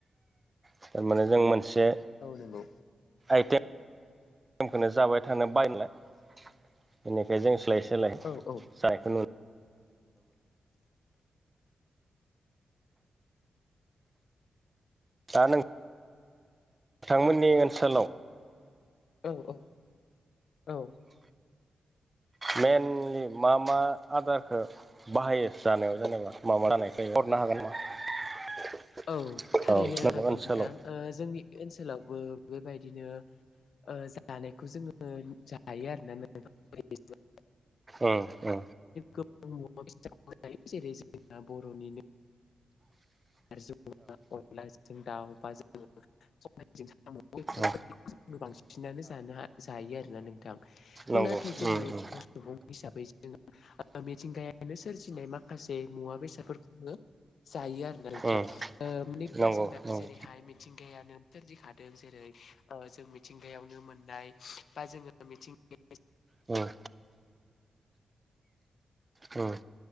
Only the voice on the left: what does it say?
औ नंगौ
औ औ
औ औ औ
औ थारैनो
हागोन
नोंथां जोंनि ओनसोलावबो बेबायदिनो जानायखौ जोङो जायो आरोना नोंथां बेबायदिनो
गोबां मुवा बेसादखौ जायो जेरै जोंना बर'निनो नारजि अमा अनलाजों दाव बा जोङो सबायजों साम' बेफोरबायदिखौ
जों बांसिनानो जानो हा जायो आरोना नोंथां
नाथाय जोङो
बर' सुबुं हिसाबै जोङो मिथिंगायानो सोरजिनाय माखासे मुवा बेसादफोरखौ जोङो जायो आरोना नोंथां
मानो होनब्ला
जोंना
जेरैहाय
मिथिं गायानो सोरजिखादों जेरै जों मिथिंगायावनो मोननाय बा जोङो मिथिंगायाव